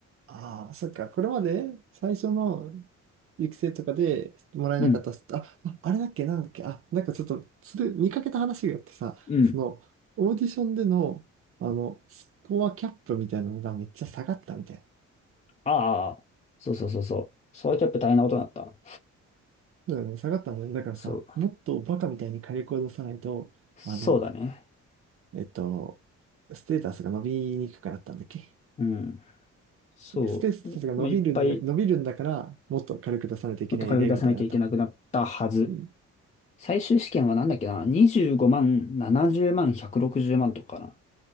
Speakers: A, on the right (about 45°); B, on the left (about 25°).
A: ああ、そっか。これまで最初の育成とかでもらえなかったスタ、
B: うん。
A: あ、ああれだっけ、なんだっけ、あ、なんかちょっと、それ見かけた話があってさ、
B: うん。
A: その、オーディションでの、あの、スコアキャップみたいなのがめっちゃ下がったみたいな。
B: ああ、そうそうそうそう。ソワキャップ大変なことになった。
A: そうだよね、下がったんだね。だからさ、
B: そう。
A: もっとバカみたいに火力を出さないと、
B: そうだね。
A: あの、えっと、ステータスが伸びにくくなったんだっけ
B: うん。そう。
A: スペースタスが伸びるんだ、
B: まあ、いっぱい、
A: 伸びるんだから、もっと火力出さないといけないよね、
B: もっと金出さなきゃいけなくなったはず。
A: みたいになった。うん。
B: 最終試験はなんだっけな ?25 万、70万、160万とかかな。